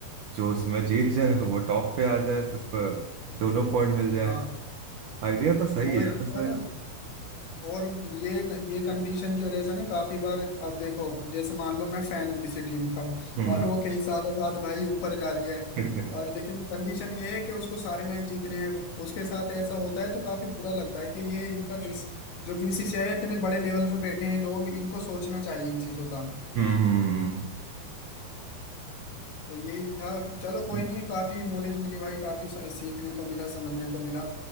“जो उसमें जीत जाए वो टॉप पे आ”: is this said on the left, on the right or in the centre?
Right